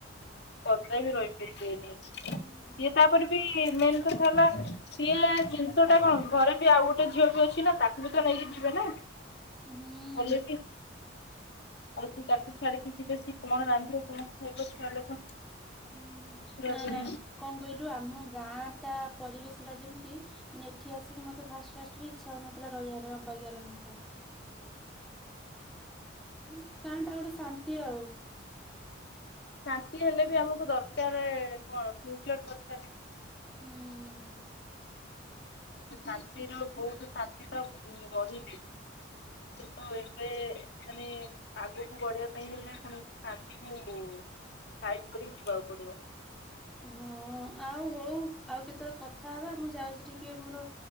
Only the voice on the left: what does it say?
କଦାପି ରହି ପାରିବେନି,
ସିଏ ତାପରେ ବି ମେନ୍ କଥା ହେଲା ସିଏ ଜିନିଷ ଟା କଣ ଘରେ ବି ଆଉ ଗୋଟେ ଝିଅ ବି ଅଛି ନା, ତାକୁ ବି ତ ନେଇକି ଯିବେ ନା।
ହେଲେବି ଆଉ ସିଏ ତାକୁ ଛାଡିକି ଯିବେ, ସିଏ କଣ ରାନ୍ଧିବ କଣ ଖାଇବ ଛୁଆ ଲୋକ
ପୁରା
ପୁରି
ଶାନ୍ତି ହେଲେ ବି, ଆମକୁ ଦରକାର କଣ ଫ୍ୟୁଚର୍ ଦରକାରେ।
ଶାନ୍ତିର ବହୁତ ଶାନ୍ତି ତ ଉଁ ରହିଲେ। କିନ୍ତୁ ଏବେ ମାନେ ଆଗକୁ ବଢିବା ପାଇଁ ହେଲେ, କୌଣସି ସା <unintelligible> ସାଇଟ୍ କରିକି ଯିବାକୁ ପଡିବ।